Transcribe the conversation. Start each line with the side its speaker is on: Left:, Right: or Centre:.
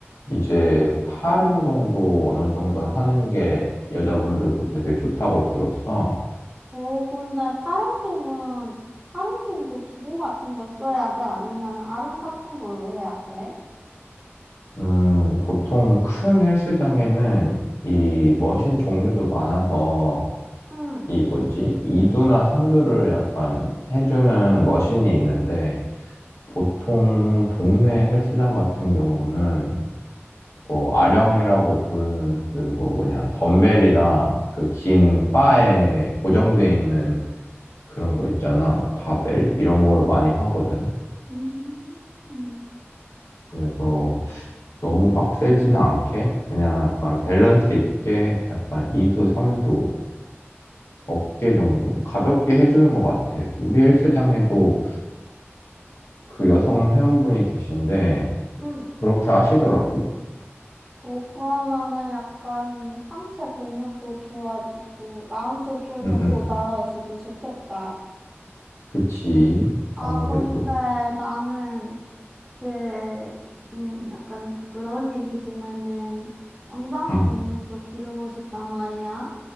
Left: 이제 팔 운동도 어느 정도는 하는 게 여자분들도 되게 좋다고 들었어.
Centre: 어, 근데 파란동은, 파란동도 기구 같은 걸 써야 돼? 아니면 아령 같은 걸로 해야 돼?
Left: 음, 보통 큰 헬스장에는 이 머신 종류도 많아서,
Centre: 응,
Left: 이 뭐지? 2두나 3두를 약간 해주는 머신이 있는데, 보통 동네 헬스장 같은 경우는 뭐
Centre: 응,
Left: 아령이라고 부르는 그거 뭐냐 덤벨이랑 그 긴 바에 고정돼 있는 그런 거 있잖아 바벨 이런 걸 많이 하거든
Centre: 음, 음,
Left: 그래서 너무 빡세지는 않게 그냥 약간 밸런스 있게 약간 2두 3두 어깨 정도 가볍게 해주는 것 같아 우리 헬스장에도 그 여성 회원분이 계신데
Centre: 응.
Left: 그렇게 하시더라고
Centre: 어, 그러면은 약간 상체 근육도 좋아지고, 라운드 숄더도
Left: 응응
Centre: <laughs> 나아지고 좋겠다.
Left: 그치
Centre: 아,
Left: 아무래도
Centre: 근데 나는 그, 음, 약간 부끄러운 얘기지만은 엉덩이
Left: 응.
Centre: 근육도 기르고 싶단 말이야.